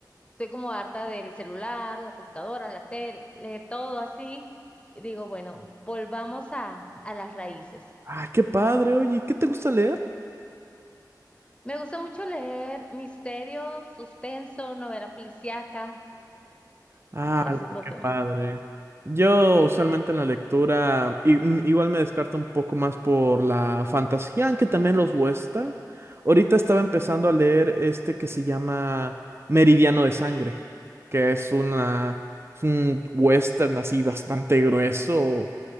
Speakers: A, on the left (about 15°); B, on the right (about 35°).
A: estoy como harta del celular, la computadora, la tele, todo así. Y digo, bueno, volvamos a, a las raíces.
B: Ah, qué padre, oye, ¿qué te gusta leer?
A: Me gusta mucho leer misterio, suspenso, novela policíaca.
B: Ah,
A: Sí, eso es lo
B: qué
A: que me
B: padre.
A: encanta.
B: Yo usualmente en la lectura i- mm, igual me descarto un poco más por la fantasía, aunque también los western. Ahorita estaba empezando a leer este que se llama Meridiano de Sangre, que es una es un western así bastante grueso.